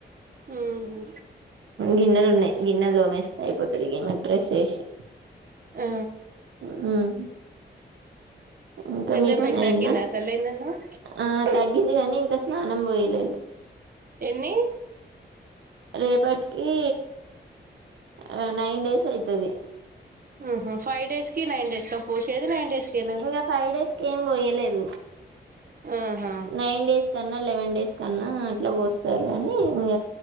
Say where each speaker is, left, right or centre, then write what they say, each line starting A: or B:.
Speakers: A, on the right; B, on the right.
A: ఉహు
B: గిన్నెలు ఉన్నాయి గిన్నెలు దోమేస్తా అయిపోతది ఇగ గేమిడ్రెస్ చేసి
A: ఆ
B: హమ్ ఇంకా
A: పెద్దమ్మాయికి
B: మీ పని అయిందా
A: తగ్గిందా తల్లయిందన్నవ్
B: ఆ తగ్గింది కానీ ఇంకా స్నానం పోయలేదు
A: ఎన్ని
B: రేపటి కీ ఆ నైన్ డేసైతది
A: ఉహు ఫైవ్డేస్కి నైన్డేస్ తొ పోష్ ఏది నైన్ డేస్ కేనా
B: ఇంగ ఫైవ్ డేస్ కేం బొయ్యలేదు.
A: ఆహా
B: నైన్ డేస్ కన్ న్న లెవెన్ డేస్ కన్నా అట్ల బోస్తారు అని ఇంగ